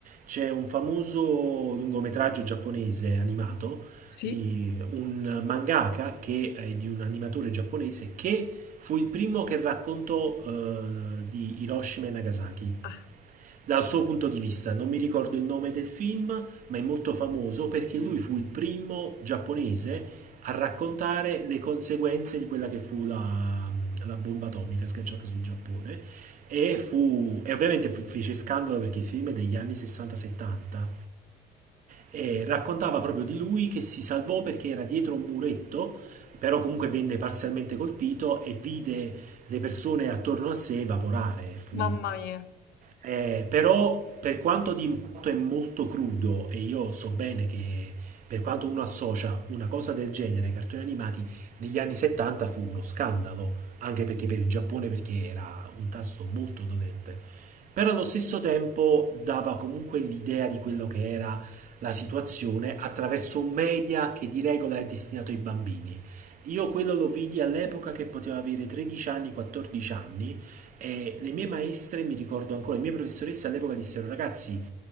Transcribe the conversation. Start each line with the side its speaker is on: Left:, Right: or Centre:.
Right: C'è un famoso lungometraggio giapponese animato
Left: sì?
Right: di un mangaka che è di un animatore giapponese che fu il primo che raccontò eh, di Hiroshima e Nagasaki
Left: Ah,
Right: dal suo punto di vista. Non mi ricordo il nome del film, ma è molto famoso perché lui fu il primo giapponese a raccontare le conseguenze di quella che fu la, la bomba atomica sganciata sul Giappone. E, fu, e ovviamente fu- fece scandalo perché il film è degli anni 60-70 e raccontava proprio di lui che si salvò perché era dietro un muretto, però comunque venne parzialmente colpito e vide le persone attorno a sé evaporare. Fu,
Left: mamma mia.
Right: eh, però per quanto di impatto è molto crudo e io so bene che per quanto uno associa una cosa del genere ai cartoni animati, negli anni 70 fu uno scandalo, anche perché per il Giappone perché era un tasso molto dolente. Però allo stesso tempo dava comunque l'idea di quello che era la situazione attraverso un media che di regola è destinato ai bambini. Io quello lo vidi all'epoca che potevo avere 13 anni, 14 anni e le mie maestre mi ricordo ancora, le mie professoresse all'epoca dissero ragazzi